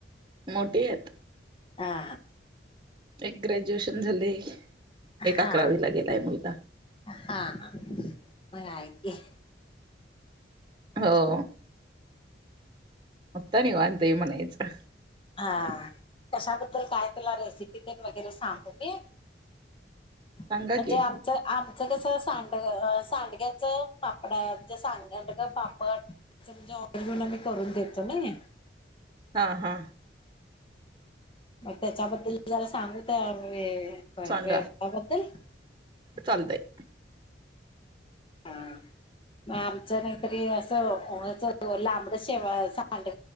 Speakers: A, on the right (about 25°); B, on the left (about 30°).
A: मोठीे आहेत.
B: हा
A: एक ग्रॅज्युएशन झाले आहे. एक
B: हा
A: अकरावीला
B: हा
A: गेलाय मुलगा.
B: हा मग हाय की.
A: हो. आता निवांत आहे म्हणायचं.
B: हा कशाबद्दल काय तुला रेसिपी तेन पण वगैरे सांगू मी.
A: सांगा
B: म्हणजे
A: की
B: आमचं आम. मच कस. सांडगं-सांडग्याच पापडा हाय. म्हणजे सांडग्याच पापड म्हणजे. ऑर्डर घेऊन आम्ही करून देतो नई.
A: हा हा.
B: मग त्याच्याबद्दल जरा सांगू काय आम्ही.
A: सांगा
B: य ववता बदल <unintelligible>
A: चालतंय
B: हम. मग आमचं नाहीतरी. असंच लांबड शेवाय. सांड.